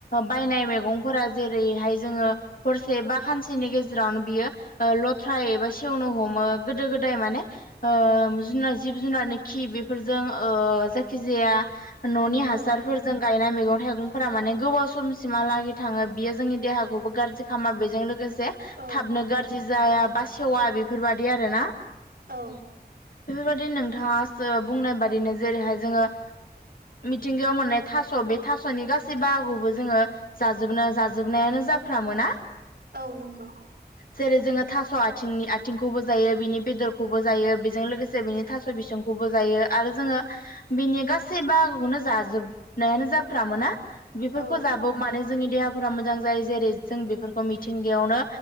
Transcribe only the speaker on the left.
बायनाय मैगंफोरा जेरैहाय जोंङो हरसे बा सानसेनि गेजेरावनो बियो लथ्राय एबा सेवनो हमो गोदो गोदाय माने <unintelligible> जिब जुनारनो खि बेफोरजों ओ जायखि जाया न'नि
हासारफोरजों गायनाय मेगं थाइगंफोरा माने गोबाव समसिमहालागै थांङो बियो जोंनि देहाखौबो गाज्रि खालामा बेजों लोगोसे थाबनो
गाज्रि जाया बा सेवा बेफोरबायादि आरो ना
बेफोरबाददि नोंथांङासो बुंनाय बादिनो जेरैहाय जोंङो मिथिंगायाव मोननाय थास' बे थास'नि गासै बाहागोबो जोंङो जाजोबनो जाजोबनायानो ज जाफ्रामोना
जेरै जोंङो थास' आथिं आथिंनि आथिंखौबो जायो बिनि बेदरखौबो जायो बेजों लोगोसे बिनि थास' बिसंखौबो जायो आरो जोंङो बिनि गासै बाहागोखौनो जाजोब नायानो जाफ्रा मोनोना बेफोरखौ
जाबोब माने जोंनि देहाफोरा मोजां जायो जेरै जों बेफोरखौ मिथिं बेयावनो